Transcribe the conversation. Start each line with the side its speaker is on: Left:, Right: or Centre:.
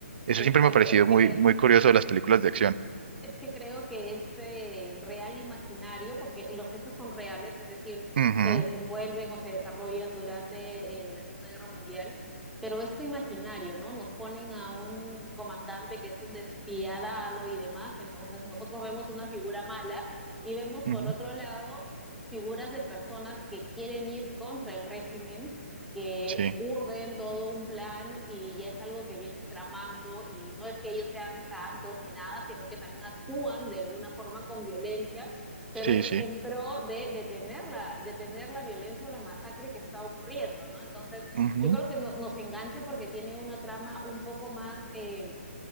Right: Eso
Centre: Exacto,
Right: siempre me ha parecido
Centre: es
Right: muy,
Centre: que
Right: muy curioso de las películas de acción.
Centre: es que creo que este real imaginario, porque los hechos son reales, es decir,
Right: Ujú,
Centre: se desenvuelven o se desarrollan durante eh, la Segunda Guerra Mundial, pero esto imaginario, ¿no? Nos ponen a un comandante que es un despiadado y demás, entonces nosotros vemos una figura mala y vemos
Right: ujú,
Centre: por otro lado figuras de personas que quieren ir contra el régimen que
Right: sí,
Centre: urden todo un plan y ya es algo que vienen tramando y no es que ellos sean santos ni nada, sino que también actúan de alguna forma con violencia, pero
Right: sí,
Centre: es
Right: sí.
Centre: en pro de detener la, detener la violencia o la masacre que está ocurriendo, ¿no? Entonces,
Right: ujú,
Centre: yo creo que no, nos engancha porque tiene una trama un poco más... Eh,